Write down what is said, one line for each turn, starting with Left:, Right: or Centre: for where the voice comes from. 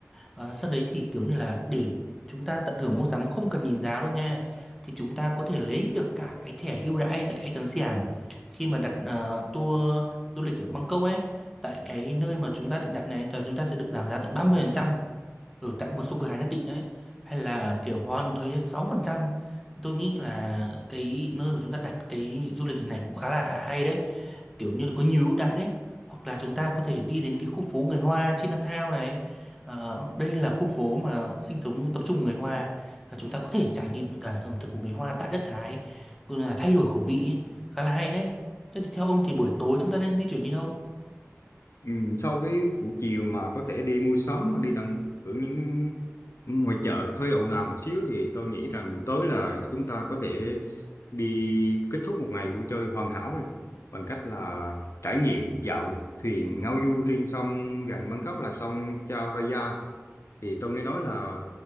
Centre: Ờ, sau đấy thì kiểu như là để chúng ta tận hưởng mua sắm không cần nhìn giá luôn nha thì chúng ta có thể lấy được cả cái thẻ ưu đãi tại Ecan Siam khi mà đặt ờ, tour du lịch ở Bangkok ấy tại cái nơi mà chúng ta định đặt này thì chúng ta sẽ được giảm giá tận 30% ở tại một số cửa hàng nhất định ấy hay là kiểu hoàn thuế sáu phần trăm tôi nghĩ là cái nơi mà chúng ta đặt cái du lịch này cũng khá là hay đấy kiểu như là có nhiều ưu đãi đấy hoặc là chúng ta có thể đi đến cái khu phố người Hoa Chinatown này Ờ, đây là khu phố mà sinh sống tập trung người Hoa là chúng ta có thể trải nghiệm được cả ẩm thực của người Hoa tại đất Thái cũng là thay đổi khẩu vị ấy. khá là hay đấy thế thì theo ông thì buổi tối chúng ta nên di chuyển đi đâu
Left: Ừ, sau cái buổi chiều mà có thể đi mua sắm hoặc đi tận hưởng những ngoài chợ hơi ồn ào một xíu thì tôi nghĩ rằng buổi tối là chúng ta có thể đi kết thúc một ngày vui chơi hoàn hảo rồi bằng cách là trải nghiệm dạo thuyền ngao du trên sông gần Bangkok là sông Chao Phraya thì tôi nghe nói là